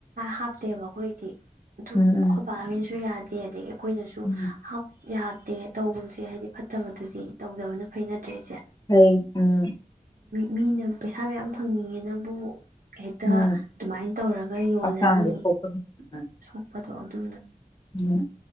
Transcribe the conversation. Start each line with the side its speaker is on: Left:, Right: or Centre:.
Right: ꯍꯥꯞꯇꯦꯕ ꯑꯩꯈꯣꯏꯗꯤ ꯑꯗꯨꯨ
Left: ꯎꯝ ꯎꯝ
Right: ꯈꯁꯨ ꯌꯥꯗ ꯇꯦ ꯑꯩꯈꯣꯏꯅꯁꯨ
Left: ꯎꯝ
Right: ꯌꯥꯗꯦ ꯇꯧꯒꯨꯝꯁꯦ ꯍꯥꯏꯗꯤ ꯐꯠꯇꯕꯗꯨꯗꯤ ꯇꯧꯗꯕꯅ ꯐꯩꯅꯗ꯭ꯔꯦ ꯏꯁꯦ
Left: ꯍꯩ ꯎꯝ
Right: ꯃꯤꯅ ꯄꯩꯁꯥ ꯃꯌꯥꯝ ꯐꯪꯅꯤꯡꯉꯦꯅꯕꯨ ꯍꯦꯛꯇ
Left: ꯎꯝ
Right: ꯑꯗꯨꯃꯥꯏꯅ ꯇꯧꯔꯒ ꯌꯣꯜꯂꯅꯤ
Left: ꯍꯛꯆꯥꯡꯗꯤ ꯁꯣꯛꯄꯅꯤ ꯎꯝ
Right: ꯁꯣꯛꯄꯗ ꯑꯣꯏ ꯇꯨ
Left: ꯎꯝ